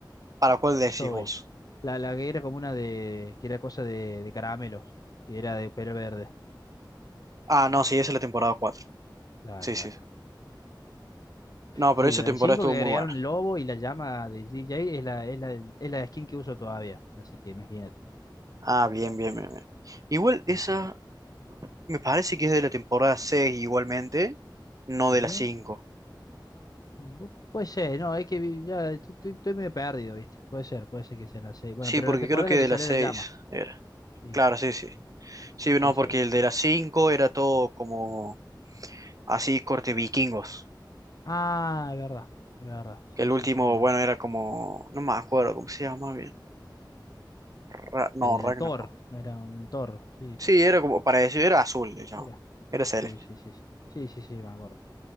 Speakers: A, on the right; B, on the left.
A: ¿para cuál decís
B: Zoe.
A: vos?
B: La, la que era como una de. Que era cosa de, de caramelos. Que era de pelo verde.
A: Ah, no, sí, esa es la temporada cuatro
B: Claro,
A: Sí,
B: claro.
A: sí. No, pero
B: Sí,
A: esa
B: la
A: temporada
B: 5
A: estuvo
B: que
A: muy
B: agregaron
A: buena.
B: el lobo y la llama de DJ es la, es la, es la skin que uso todavía. Así que imagínate.
A: Ah, bien, bien, bien. bien. Igual
B: Sí,
A: esa
B: sí, me-
A: me parece que es de la temporada 6 igualmente, no
B: sí.
A: de la cinco
B: Bu- Puede ser, no, es que vi- ya estoy, estoy- estoy medio perdido, ¿viste? Puede ser, puede ser que sea la seis Bueno,
A: Sí,
B: pero
A: porque
B: la temporada
A: creo que
B: en la
A: de
B: que sale
A: la 6
B: la llama.
A: era.
B: Sí,
A: Claro, sí, sí.
B: sí,
A: Sí,
B: sí, esa,
A: no, porque
B: esa
A: el
B: tuve.
A: de la 5 era todo como así corte vikingos.
B: Ah, es verdad, es verdad.
A: Que
B: Sí,
A: el último,
B: sí, sí, tiene
A: bueno,
B: razón.
A: era como, no me acuerdo cómo se llama bien. Ra- no,
B: El
A: Ragnarok.
B: Thor, no era un Thor, sí,
A: Sí, era como para decir, era azul, le llamaban.
B: era.
A: Era celeste.
B: Sí, sí, sí. Sí, sí, sí, sí, me acuerdo.